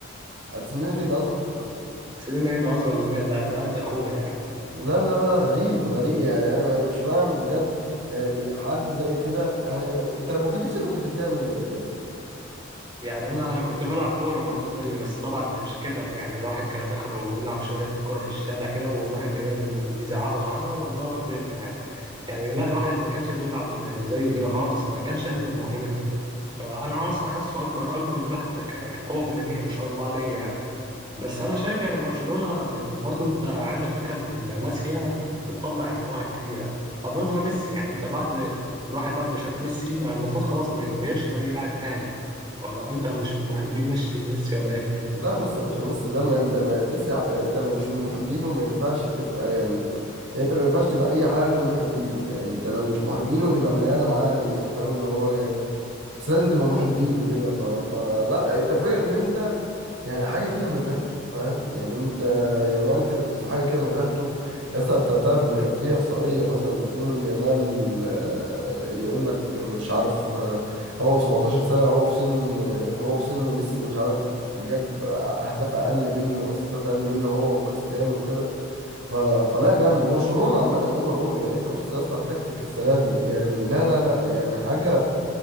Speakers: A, on the right (about 85°); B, on the right (about 25°).
A: قد سننا تيجي اصغر كمان
B: سنين ايه ده اصغر مني ده ده قد اخويا يعني
A: لا لا لا غريب غريب يعني انا انا مش فاهم بجد يعني حد زي كده يعني انت لما كنت في سنه كنت بتعمل ايه بجد
B: يعني انا انا كنت بلعب كوره برضو زيه بس طبعا مش كده يعني الواحد كان اخره يلعب شويه كوره في الشارع كده ويروح الجيران يزعقوا معانا ونروح بيتنا يعني يعني لا الواحد ما كانش بيلعب زيه كده خالص ما كانش عنده الموهبة دي فأنا أصلا حاسه أكبر أكبر منه حتى ك- كقوة بدنية ما شاء الله عليه يعني بس أنا شايف يعني برشلونة بال- برضو أنت عندك فكرة إن لاماسيا بتطلع مواهب كتيرة أبرزها ميسي يعني أنت بعد الواحد بعد ما شاف ميسي ما المفروض خلاص ما ينبهرش بأي لاعب تاني ولا أنت مش من محبين ميسي ميسي ولا إيه؟
A: لا بص يا باشا ميسي ده ما انت ما ميسي انت لو مش من محبينه ما ينفعش تبقى يعني يعني انت ما ينفعش تبقى اي حاجه غير محبينه يعني انت لو مش محبينه تبقى بني ادم عادي يعني فاهم اللي هو يعني بس لازم تبقى محبينه كده ف... فلا انت فاكر ان انت يعني حاجه كده من ريحته فاهم يعني انت يامال كده تحسه حاجه كده من ريحته يا اسطى انت تعرف اللي كان فيه احصائيه مثلا بتقول إن يامال آه، يقول لك مش عارف آه، هو و17 سنه هو في سن آه، هو في سنه ميسي مش عارف جاب اهداف اقل منه واسيستات اقل منه هو وكريستيانو وكده ف... فلا جامد وبرشلونه عامه اوفرول يعني انت بص يا اسطى على التكتيك السنه دي يعني لا لا لا يعني حاجه